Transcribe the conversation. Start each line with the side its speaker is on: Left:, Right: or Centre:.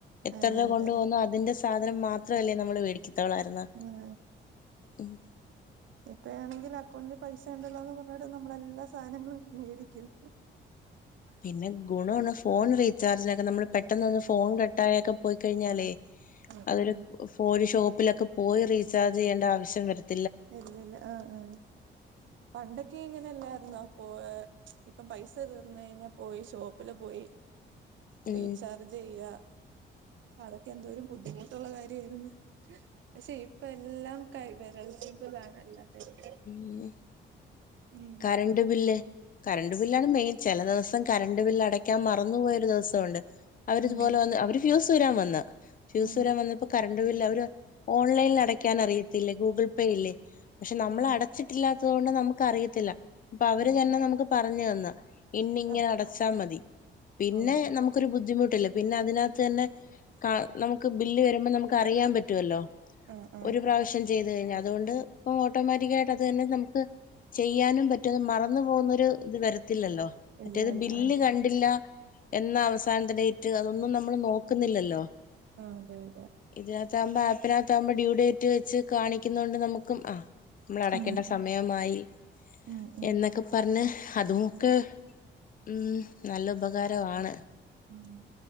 Left: എത്ര
Right: അതെ
Left: രൂപ കൊണ്ട്
Right: അതെ
Left: പോകുന്നോ അതിന്റെ സാധനം മാത്രല്ലേ നമ്മൾ മേടിക്കത്തോളായിരുന്നു
Right: ഉം
Left: ഉം
Right: ഇപ്പഴാണെങ്കിൽ അക്കൗണ്ടിൽ പൈസണ്ടല്ലോന്നും പറഞ്ഞിട്ട് നമ്മളാണെങ്കി എല്ലാ സാധനങ്ങളും മേടിക്കും
Left: പിന്നെ ഗുണാണ് ഫോൺ റീചാർജിനൊക്കെ നമ്മൾ പെട്ടെന്ന് ഒന്ന് ഫോൺ കട്ടായൊക്കെ പോയിക്കഴിഞ്ഞാലേ
Right: ഉം
Left: അതൊരു
Right: ഉം
Left: ഫോഷോപ്പിലൊക്കെ പോയി റീചാർജെയ്യേണ്ട ആവശ്യം വരുത്തി
Right: വരുന്നില്ല ആഹ് ആഹ് പണ്ടൊക്കെ ഇങ്ങനെല്ലായിരുന്നോ പോ ഇപ്പം പൈസ തീർന്നഴിഞ്ഞാ പോയി ഷോപ്പില് പോയി
Left: ഉം
Right: റീചാർജെയ്യാ അതൊക്കെ എന്തോരും ബുദ്ധിമുട്ടുള്ള കാര്യായിരുന്നു പക്ഷെ ഇപ്പ എല്ലാം കൈ വിരൽത്തുമ്പിലാണല്ലോ എല്ലാ കാര്യങ്ങളും
Left: ഉം
Right: ഉം
Left: കറണ്ട് ബില്ല് കറണ്ട് ബില്ലാണ് മെയിൻ ചെല ദിവസം കറണ്ട് ബില്ല് അടക്കാൻ മറന്നു പൊയൊരു ദിവസൊണ്ട് അവര്
Right: ഉം
Left: ഇതുപോലെ വന്ന് അവര് ഫ്യൂസൂരാൻ വന്ന് ഫ്യൂസൂരാൻ
Right: ഉം
Left: വന്നപ്പോ കറണ്ട് ബില്ല് അവര് ഓൺലൈനിൽ അടയ്ക്കാൻ അറിയത്തില്ലേ ഗൂഗിൾ പേ ഇല്ലേ നമ്മളടച്ചിട്ടില്ലാത്തത്
Right: ഉം
Left: കൊണ്ട് നമുക്ക് അറിയത്തില്ല അപ്പൊ അവര്
Right: അറിയത്തില്ല
Left: തന്നെ നമുക്ക് പറഞ്ഞ്തന്ന് ഇന്നിങ്ങനെ
Right: ആ
Left: അടച്ചാ മതി പിന്നെ
Right: ഓ
Left: നമുക്ക് ഒരു ബുദ്ധിമുട്ടില്ല പിന്നെ അതിനകത്ത് തന്നെ കാ നമുക്ക് ബില്ല് വരുമ്പോ നമുക്ക് അറിയാൻ പറ്റുവല്ലോ
Right: ആ ആ
Left: ഒരു പ്രാവശ്യം ചെയ്തു കഴിഞ്ഞ് അതുകൊണ്ട് ഓ ട്ടോമാറ്റിക്കായിട്ട് അത് തന്നെ നമുക്ക് ചെയ്യാനും പറ്റും മറന്നു പോകുന്നൊരു ഇത് വരത്തില്ലല്ലോ മറ്റേത്
Right: ഇല്ല ഇല്ല
Left: ബില്ല്
Right: ആ
Left: കണ്ടില്ല എന്നാ അവസാനത്തെ ഡേറ്റ് അതൊന്നും നമ്മൾ നോക്കുന്നില്ലല്ലോ
Right: ആഹ് അതെ അതെ
Left: ഇതിനകത്താകുമ്പോ ആപ്പിനകത്താകുമ്പോ ഡ്യൂ ഡേറ്റ് വെച്ച് കാണിക്കുന്ന കൊണ്ട് നമുക്കും ആഹ് നമ്മൾ അടക്കേണ്ട
Right: ഉം
Left: സമയമായി
Right: ഉം ഉം
Left: എന്നൊക്കെ പറഞ്ഞ് അതുമൊക്കെ ഉം നല്ല ഉപകാരമാണ്
Right: ഉം